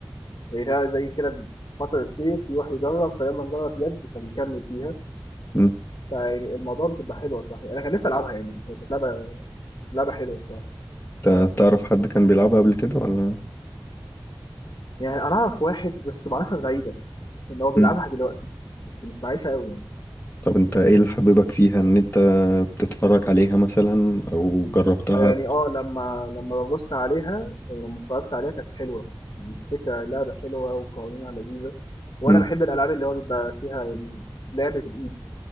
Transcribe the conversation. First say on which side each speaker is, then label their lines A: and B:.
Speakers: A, on the left; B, on the left.
A: يعني يعني زي كده فترة صيف يروح يجرب فيلا نجرب يد فبيكمل فيها
B: مم.
A: فيعني الموضوع بتبقى حلوة صح يعني أنا كان نفسي ألعبها يعني هي كانت لعبة لعبة حلوة الصراحة
B: تع- تعرف حد كان بيلعبها قبل كده ولا
A: يعني أنا أعرف واحد بس معرفة بعيدة إن هو بيلعبها
B: مم.
A: دلوقتي بس مش معيشها قوي يعني
B: طب انت ايه اللي حببك فيها ان انت بتتفرج عليها مثلا او جربتها
A: يعني اه لما لما ببص عليها يعني لما اتفرجت عليها كانت حلوة يعني الفكرة اللعبة حلوة وقوانينها لذيذة وأنا
B: مم.
A: بحب الألعاب اللي هو بيبقى فيها يعني لعب بالإيد